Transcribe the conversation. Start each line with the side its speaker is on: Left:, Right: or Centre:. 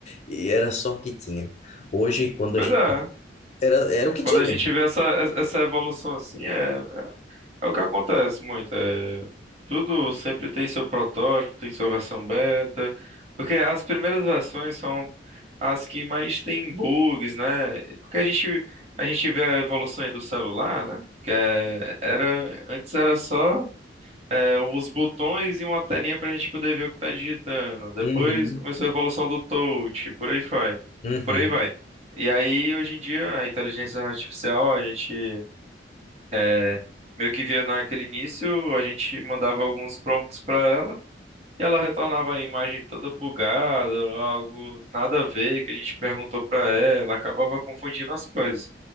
Left: e era só o que tinha. Hoje, quando
Right: Pois
Left: a gente.
Right: é.
Left: Era, era o que
Right: Quando
Left: tinha.
Right: a gente vê essa, essa evolução assim, é É o que acontece muito. É... Tudo sempre tem seu protótipo, tem sua versão beta. Porque as primeiras versões são as que mais têm bugs, né? Porque a gente, a gente vê a evolução aí do celular, né? Que é- era, antes era só é, os botões e uma telinha para a gente poder ver o que está digitando. Depois
Left: Uhum,
Right: começou a evolução do touch, por aí vai.
Left: uhum.
Right: Por aí vai. E aí, hoje em dia, a inteligência artificial, a gente. É, meio que via naquele início, a gente mandava alguns prompts para ela. E ela retornava a imagem toda bugada, algo nada a ver que a gente perguntou pra ela, acabava confundindo as coisas.